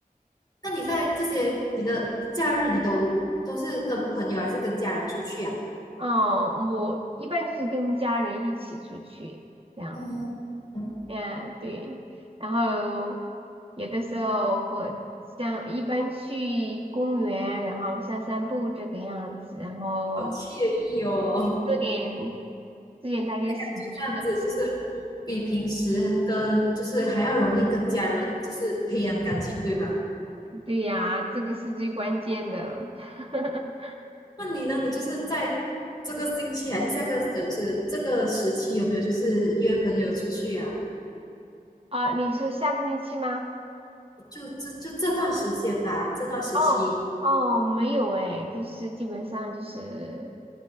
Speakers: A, on the left; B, on the right.
A: 那你在这些你的假日，你都都是跟朋友还是跟家人出去啊？
B: 哦，我一般就是跟家人一起出去这样，
A: 哦，嗯
B: 嗯，对，然后有的时候和像一般去公园，然后散散步这个样子，然后
A: 好惬意哦，
B: 也做点做点大家喜欢去的。
A: <laughs> 感觉这样子就是比平时跟就是还要容易跟家人就是培养感情，对吧？
B: 对呀，这个是最关键的。<laughs>
A: 那你呢？你就是在这个星期还是下个呃，就是这个时期有没有就是约朋友出去啊？
B: 啊，你是下个星期吗？
A: 就这就这段时间吧，这段时期
B: 哦哦，没有哎，就是基本上就是